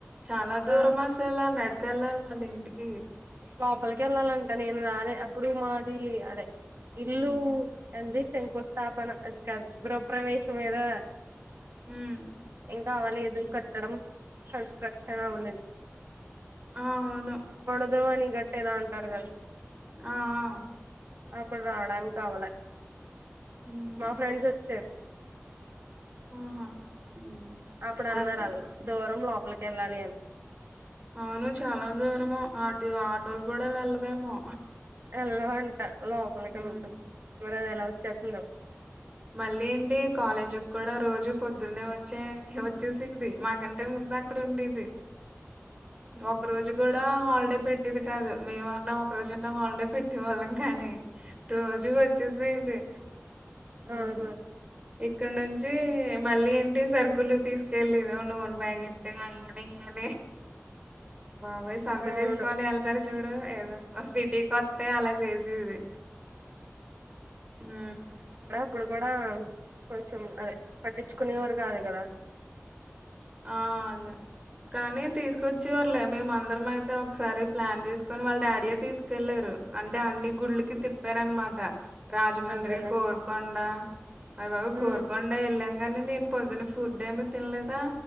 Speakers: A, on the right; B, on the right.
A: చాలా దూరం
B: ఆ
A: అసలా నడిచ తెల్లారి మళ్ళీ ఇంటికి
B: లోపలికి వెళ్ళాలంట నేను రదే అప్పుడు మాది అదే ఇల్లు
A: ఉమ్
B: అండి శంకుస్థాపన కాదు గృహప్రవేశం ఏదో
A: హమ్
B: ఇంకా అవ్వలేదు కట్టడం కన్స్ట్రక్షన్ అవ్వలేదు
A: ఆ అవును
B: ఏదో అని గట్టేదో అంటారు కద్
A: ఆ ఆ
B: అప్పుడు రావడానికవ్వలే
A: ఉహు
B: మా ఫ్రెండ్స్ వచ్చా <inaudible>
A: ఆహా ఉమ్
B: అప్పుడు అన్నారు
A: అది
B: అళ్ళు దూరంలో పలికేల్లాలి అన్
A: అవును చాలా దూరము ఆటు ఆటోలు కూడా వెళ్లవేమో
B: ఎళ్ళ వంట లోపలికే
A: ఉమ్
B: ఉంటుంది మరి అది ఎలా చెప్పిందో
A: మళ్ళీ ఏంటి కాలేజ్కి కూడా రోజు పొద్దునేే వచ్చే వచ్చేసిద్ధి మాకంటే ముందక్కడ ఉండేది ఒక రోజు కూడా హాలిడే పెట్టేది కాదు మేమన్న ఒక్క రోజన్నా హాల్ డే పెట్టే వాళ్ళం కానీ రోజు వచ్చేసేది ఉమ్
B: అవునా
A: ఇక్కడ నుంచి మళ్ళీ ఏంటి సరుకులు తీస్ తెలియాదు నూనె ప్యాకెట్ అయ్యని ఇయ్యని బాబోయ్ సంత
B: అవును
A: చేసుకొని వెళ్తారు చూడు ఏదో సిటీకి వస్తే అలా చేసేది హు
B: ఇప్పుడు కూడా కొంచెం అదే పట్టించుకునేవరు కాదు కదా
A: ఆ అదే కానీ తీసుకొచ్చివర్లే మేమందరం అయితే ఒకసారి ప్లాన్ చేసుకొని వాళ్ళ డాడీయే తీసుకెళ్ళరు అంటే అన్ని గుళ్ళకి తిప్పారన్నమాట రాజమండ్రి
B: అదేలే
A: కోర్కొండ అవివవ్
B: ఉమ్
A: కోర్కకోండే ఎల్ కాని నేను పొద్దున ఫుడ్ ఏమి తినలేదా